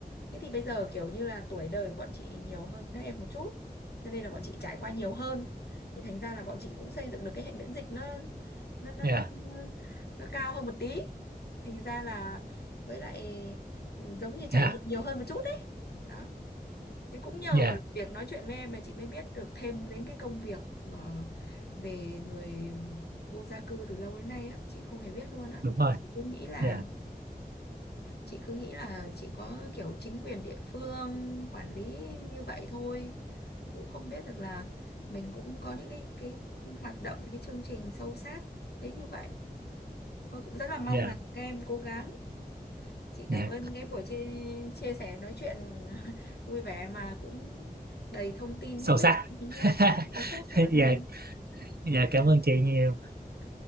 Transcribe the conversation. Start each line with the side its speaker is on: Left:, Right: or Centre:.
Left: thế thì bây giờ kiểu như là tuổi đời của bọn chị nhiều hơn các em một chút cho nên là bọn chị trải qua nhiều hơn thì thành ra là bọn chị cũng xây dựng được cái hệ miễn dịch nó nó nó
Right: dạ
Left: nó, nó, nó cao hơn một tí thành ra là với lại ừ, giống như trải
Right: dạ
Left: nghiệm nhiều hơn một chút đấy đó Thế cũng nhờ
Right: dạ
Left: việc nói chuyện với em mà chị mới biết được thêm đến cái công việc ờ, về người vô gia cư từ lâu đến nay á, chị không hề biết luôn á.
Right: đúng rồi
Left: Chị cứ nghĩ là
Right: dạ
Left: chị cứ nghĩ là chỉ có kiểu chính quyền địa phương quản lý như vậy thôi. Chứ cũng không biết được là mình cũng có những cái cái hoạt động cái chương trình sâu sát đến như vậy. Tôi cũng rất là mong
Right: dạ
Left: là các em cố gắng Chị
Right: dạ
Left: cảm ơn cái buổi chia, chia sẻ nói chuyện <laughs> vui vẻ mà cũng đầy thông tin
Right: sâu
Left: hữu ích
Right: sắc
Left: nhá,
Right: <laughs>
Left: sâu sắc cảm
Right: dạ
Left: ơn em.
Right: dạ
Left: Ừ.
Right: cảm ơn chị nhiều
Left: Ok.